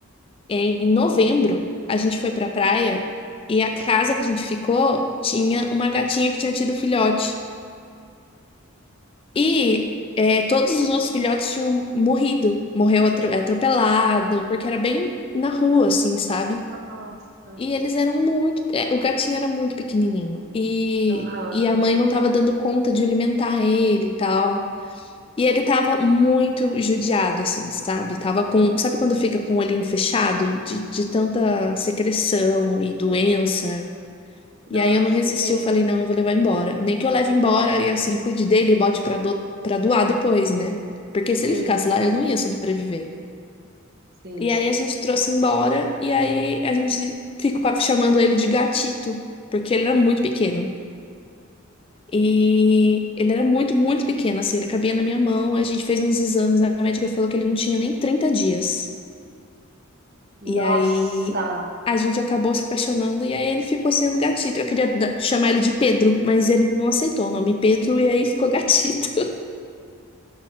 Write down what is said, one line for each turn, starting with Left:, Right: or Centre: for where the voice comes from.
Left: Em novembro,
Right: Sim.
Left: a gente foi pra praia e a casa que a gente ficou tinha uma gatinha que tinha tido filhote. E é, todos os outros filhotes tinham morrido, morreu atro- é, atropelado, porque era bem na rua, assim, sabe?
Right: Nossa.
Left: E eles eram muito. é, o gatinho era muito pequenininho. E,
Right: Aham.
Left: e a mãe não estava dando conta de alimentar ele e tal. E ele tava muito judiado, assim, sabe? Tava com. Sabe quando fica com o olhinho fechado? De, de tanta secreção e doença
Right: Nossa,
Left: e aí eu não resisti,
Right: sim,
Left: eu falei, não, eu vou levar embora. Nem que eu leve embora e assim, cuide dele e bote pra, do... pra doar depois, né? Porque se
Right: sim.
Left: ele ficasse lá, ele não ia sobreviver.
Right: Sim.
Left: E aí a gente trouxe embora e aí a gente ficou chamando ele de gatito, porque ele era muito pequeno. E ele era muito, muito pequeno, assim, ele cabia na minha mão. A gente fez uns exames, a médica falou que ele não tinha nem 30 dias.
Right: Nossa.
Left: E aí a gente acabou se apaixonando e aí ele ficou sendo gatito. Eu queria da- chamar ele de Pedro, mas ele não aceitou o nome Pedro e aí ficou gatito. <laughs>